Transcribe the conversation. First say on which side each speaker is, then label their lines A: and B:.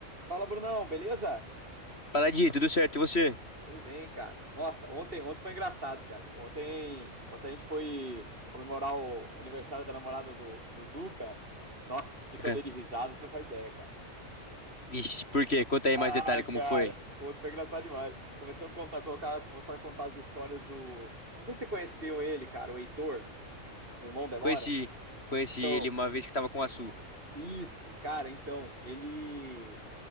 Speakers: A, on the right; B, on the left.
A: Fala, Brunão, beleza?
B: Fala, Di, tudo certo? E você?
A: Tudo bem, cara. Nossa, ontem, ontem foi engraçado, cara. Ontem, ontem a gente foi comemorar o aniversário da namorada do Dudu, cara. Nossa, o que que
B: É.
A: eu dei de risada, você não faz ideia, cara.
B: Ixi, por quê? Conta aí
A: Ah,
B: mais detalhe como
A: cara,
B: foi.
A: ontem foi engraçado demais. Começaram a contar, colocar, começaram a contar as histórias do. Não sei se você conheceu ele, cara, o Heitor, irmão da Elora.
B: Conheci, conheci
A: Então,
B: ele uma vez que tava com a Su.
A: isso, cara, então, ele.